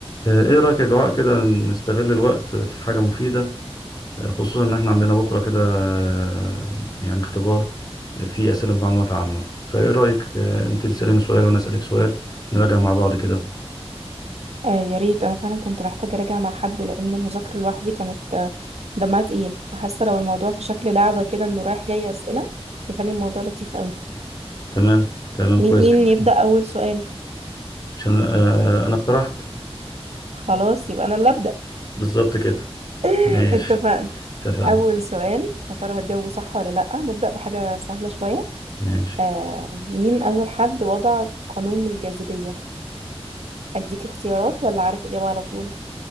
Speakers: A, on the left; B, on the right.
A: آه، ايه رأيك يا دعاء كده نستغل الوقت في حاجة مفيدة آه، خصوصا ان احنا عندنا بكرة كده آه، يعني اختبار آه، فيه أسئلة معلومات عامة فايه رأيك آه، انت تسأليني سؤال وانا أسألك سؤال نراجع مع بعض كده
B: آه يا ريت انا فعلا كنت محتاجه اراجع مع حد لان المذاكره لوحدي كانت آه، دمها تقيل فحاسه لو الموضوع في شكل لعبه كده انه رايح جاي اسئله يخلي الموضوع لطيف قوي
A: تمام تمام كويس
B: مين مين
A: جدا
B: يبدا اول سؤال
A: عشان آه، انا اقترحت
B: خلاص يبقى انا اللي ابدا
A: بالظبط كده
B: <laughs>
A: ماشي
B: اتفقنا
A: اتفقنا
B: اول سؤال يا ترى هتجاوبه صح ولا لا نبدا بحاجه سهله شويه
A: ماشي
B: آه مين اول حد وضع قانون للجاذبيه اديك اختيارات ولا عارف اجابه على طول